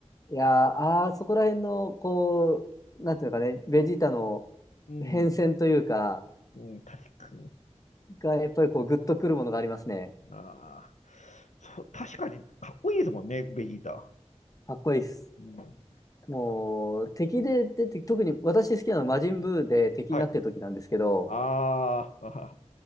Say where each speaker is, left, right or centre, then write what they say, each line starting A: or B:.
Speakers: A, on the left; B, on the left.
A: いやー、あーそこら辺の、こう、なんていうのかね、ベジータの
B: うん。うん。
A: 変遷というか、
B: うん、確かに。
A: が、やっぱりこう、グッとくるものがありますね。
B: ああ。そう、確かに、かっこいいですもんね、ベジータ。
A: かっこいいっす。
B: うん。
A: もう、敵で出て、特に私好きなのは魔人ブーで敵になってる時なんですけど、
B: はい。ああ、<laughs> あはは